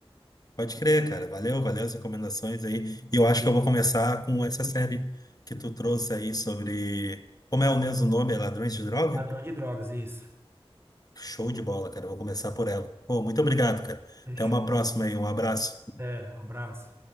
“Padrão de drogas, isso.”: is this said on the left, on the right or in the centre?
Right